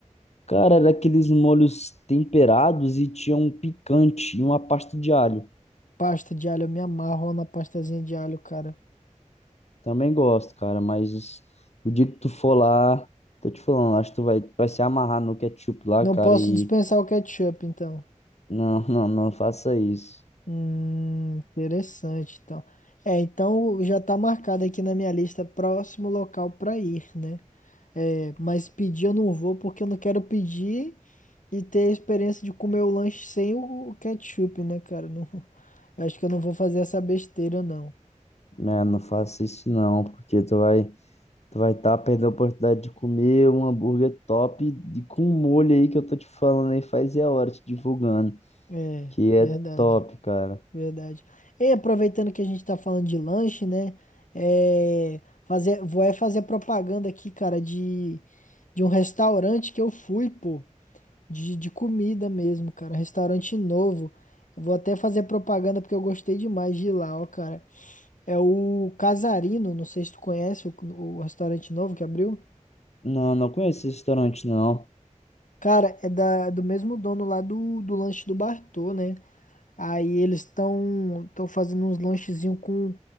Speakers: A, on the left; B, on the left.
A: Cara, era aqueles molhos temperados e tinha um picante e uma pasta de alho.
B: Pasta de alho, eu me amarro na pastazinha de alho, cara.
A: Também gosto, cara, mas o dia que tu for lá, tô te falando, acho que tu vai, vai se amarrar no ketchup lá,
B: Não
A: cara,
B: posso
A: e
B: dispensar o ketchup, então.
A: não, <laughs> não, não faça isso,
B: Hum, interessante, então. É, então já tá marcado aqui na minha lista, próximo local pra ir, né? É, mas pedir eu não vou porque eu não quero pedir e ter a experiência de comer o lanche sem o ketchup, né, cara? Não, <laughs> eu acho que eu não vou fazer essa besteira, não.
A: né? Não faça isso não, porque tu vai, tu vai tá perdendo a oportunidade de comer um hambúrguer top e com um molho aí que eu tô te falando aí faz e a hora te divulgando,
B: É,
A: que é
B: verdade,
A: top, cara.
B: verdade. E aproveitando que a gente tá falando de lanche, né? É, fazer, vou é fazer propaganda aqui, cara, de, de um restaurante que eu fui, pô, de, de comida mesmo, cara. Restaurante novo. Eu vou até fazer propaganda porque eu gostei demais de ir lá, ó, cara. É o Casarino, não sei se tu conhece o, o restaurante novo que abriu.
A: Não, não conheço esse restaurante não.
B: Cara, é da, do mesmo dono lá do, do lanche do Bartô, né? Aí eles estão estão fazendo uns lanchezinhos com